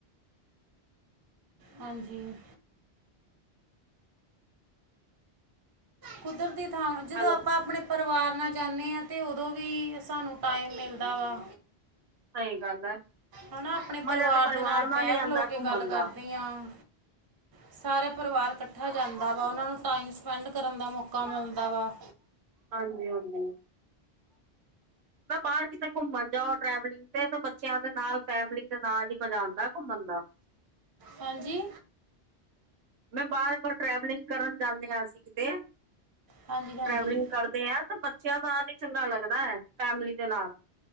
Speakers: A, on the right; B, on the right.
A: ਹਾਂਜੀ। ਕੁਦਰਤੀ ਥਾਂ, ਜਦੋਂ
B: ਹੈਲੋ
A: ਆਪਾਂ-ਆਪਣੇ ਪਰਿਵਾਰ ਨਾਲ ਜਾਂਦੇ ਹਾਂ, ਤੇ ਉਦੋਂ ਵੀ ਸਾਨੂੰ ਟਾਈਮ ਮਿਲਦਾ ਵਾ।
B: ਸਹੀ ਗੱਲ ਹੈ
A: ਹਨਾ, ਆਪਣੇ
B: ਮਜ਼ਾ
A: ਪਰਿਵਾਰ
B: ਤੇ
A: ਦੇ ਨਾਲ ਬਹਿ
B: ਹੀ ਆਉਂਦਾ
A: ਖਲੋ ਕੇ
B: ਘੁੰਮਣ
A: ਗੱਲ ਕਰਦੇ
B: ਦਾ
A: ਹਾਂ। ਸਾਰਾ ਪਰਿਵਾਰ ਇਕੱਠਾ ਹੋ ਜਾਂਦਾ ਵਾ, ਉਹਨਾਂ ਨੂੰ ਟਾਈਮ ਸਪੈਂਡ ਕਰਨ ਦਾ ਮੌਕਾ ਮਿਲਦਾ ਵਾ।
B: ਹਾਂਜੀ- ਹਾਂਜੀ, ਬਾਹਰ ਕਿਤੇ ਘੁੰਮਣ ਜਾਓ ਟਰੈਵਲਿੰਗ ਤੇ ਬੱਚਿਆਂ ਦੇ ਨਾਲ, ਫੈਮਿਲੀ ਦੇ ਨਾਲ ਹੀ ਮਜ਼ਾ ਆਉਂਦਾ ਘੁੰਮਣ ਦਾ।
A: ਹਾਂਜੀ?
B: ਮੈਂ ਬਾਹਰ ਟਰੈਵਲਿੰਗ ਕਰਨ ਜਾਂਦੇ ਆ, ਅਸੀ ਕਿਤੇ
A: ਹਾਂਜੀ ਹਾਂਜੀ
B: ਟਰੈਵਲਿੰਗ ਕਰ ਆ ਤਾਂ ਬੱਚਿਆਂ ਨਾਲ ਹੀ ਚੰਗਾ ਲੱਗਦਾ ਹੈ, ਫੈਮਲੀ ਦੇ ਨਾਲ।